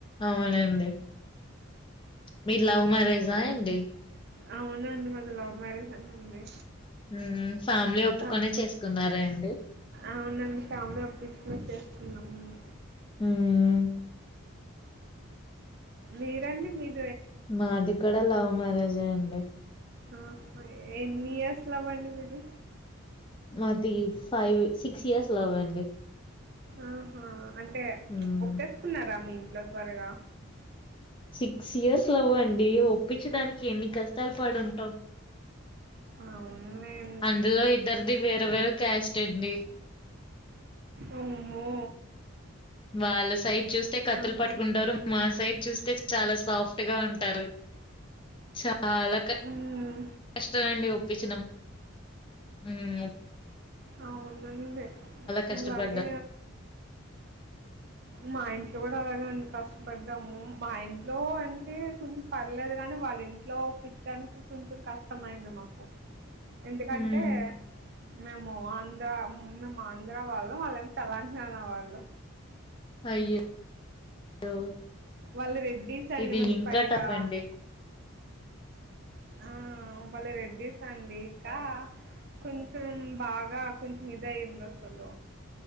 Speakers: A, on the left; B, on the right.
A: అవునండి మీది లవ్ మ్యారేజా అండి.
B: అవునుండి మాది లవ్ మ్యారేజె నండి
A: హ్మ్ ఫ్యామిలీ ఒప్పుకొనే
B: అవు
A: చేసుకున్నారా అండి
B: అవునండి ఫ్యామిలి ఒప్పించుకుని చేస్ కున్నమండి
A: ఉహ్మ్
B: మీరండి మీరు
A: మాదికూడ లవ్ మ్యారేజే అండి.
B: ఆ హా ఎన్ని ఇయర్స్ లవ్ ఆండి మీది.
A: మాది ఫైవ్ సిక్స్ ఇయర్స్ లవ్వే అండి.
B: ఆహా అంటే
A: హ్మ్
B: ఒప్పేసుకున్నార మీద్ లావ్ త్వరగా
A: సిక్స్ ఇయర్స్ లవ్వండి. ఒప్పించడానికి ఎన్ని కష్టాలు పడుంటాం.
B: అవునులేండి
A: అందులో ఇద్దరిది వేరే వేరే క్యాస్ట్ అండి
B: అమ్మో
A: వాళ్ళ సైడ్ చూస్తే కత్తులు
B: ఆహా
A: పట్టుకుంటారు మా సైడ్ చూస్తే చాలా సాఫ్ అట్గా అంటారు అ అలా కష్టం
B: మ్మ్
A: అండి ఒప్పించడం మ్మ్
B: అవునండి
A: కష్టపడ్డా.
B: ఆలానే మా ఇంట్లో కూడా అలాగ కష్టపడ్డాము మా ఇంట్లో అంటే కొంచెం పర్లేదు కాని వాళ్ళ ఇంట్లో ఒప్పించడానికి కొంచెం కష్టం అయింది మాకు ఎందుకంటే
A: హ్మ్
B: మేము ఆంధ్ర మేము ఆంధ్ర వాళ్ళు మళ్ళ తెలంగాణ వాళ్ళు
A: అయ్యో
B: వాళ్ళు రెడ్డీస్ అండి
A: ఇది
B: మళ్ళీ
A: ఇంకా
B: పైగా
A: టఫ్ అండి.
B: ఆ వాళ్ళు రెడ్డీస్ అండి ఇకా కొంచెం బాగా కొంచెం ఇద అయందసలు